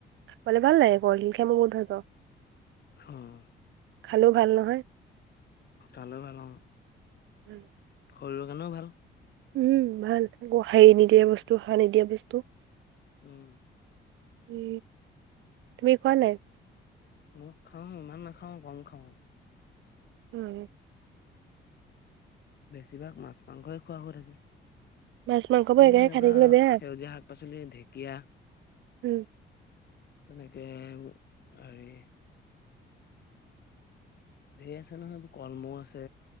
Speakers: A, on the right (about 75°); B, on the left (about 55°).
A: খাবলৈ ভাল লাগে, কলদিল খাই মই বহুত ভাল পাওঁ।
B: অ
A: খালেও ভাল নহয়
B: <unintelligible>
A: উম।
B: শৰীৰৰ কাৰণেও ভাল।
A: উম ভাল, একো হেৰি নিদিয়া বস্তু সাৰ নিদিয়া বস্তু।
B: উম।
A: উ তুমি কোৱা নাই?
B: উ খাও ইমান নাখাও কম খাও।
A: উম।
B: বেছিভাগ মাছ মাংসই খোৱা হৈ থাকে,
A: মাছ মাংসবোৰ
B: এনেই
A: একেৰাহে
B: এনেকুৱা
A: খাই থাকিলে বেয়া
B: সেউজীয়া শাক পাচলি ঢেকীয়া।
A: উম।
B: তেনেকে হেৰি ধে'ৰ আছে নহয়, এইবো কলমৌ আছে।